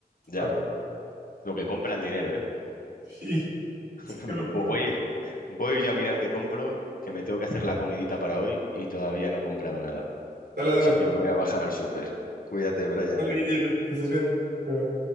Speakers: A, on the left; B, on the right.
A: Ya,
B: la verdad.
A: lo que compra el dinero, ¿eh?
B: <laughs> Sí,
A: <laughs>
B: qué locura.
A: Pues voy, voy yo a mirar qué compro, que me tengo que hacer la comidita para hoy y todavía no he comprado nada.
B: Dale,
A: Así
B: dale,
A: que me voy a bajar al súper. Cuídate, Brian.
B: dale, Guille, güey, que estés bien. Bye, bye.